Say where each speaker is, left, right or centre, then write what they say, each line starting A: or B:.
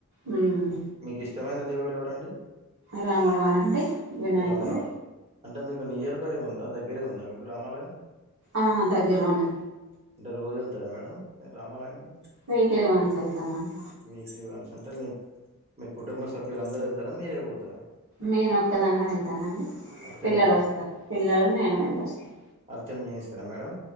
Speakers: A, on the right (about 75°); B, on the right (about 25°).
A: ఉమ్
B: మీకిష్టమైన దేవుడు ఎవరండి
A: రాముల వారంటె వినాయకుడు
B: రాములవారు అంటే మీకు నియర్ బై ఉందా దగ్గరే ఉందా మీకు రామాలయం
A: ఆ దగ్గరలోనే
B: అంటే రోజు వెళ్తారా మేడం మీరు రామాలయానికి
A: వీక్లీ వన్స్ వెళ్తామండి
B: విక్లీ వన్స్ అంటే మీ మీ కుటుంబ సభ్యులుందరూ వెళ్తారా మీరే పోతారా
A: నేను ఒక్కదాన్న వెళ్తానండి.
B: అర్చన
A: పిల్లలు
B: చేయిస్తారు
A: వస్తారు పిల్లలు నేను వెళ్ళొస్తాం
B: ర్చన చేయిస్తారా మేడం